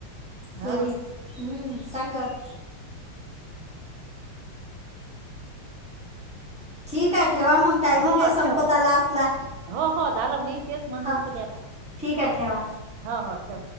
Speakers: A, on the right (about 75°); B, in the centre.
A: ह
B: होरी हम्म. सांगत. ठीक आहे. ठेवा मग टायमिंग
A: हो
B: आहे संपताला
A: ठेव मग
B: आपला
A: हो हो झालं मी तेच म्हणत
B: ह.
A: तुला आता
B: ठीक आहेवा.
A: हो हो ठेव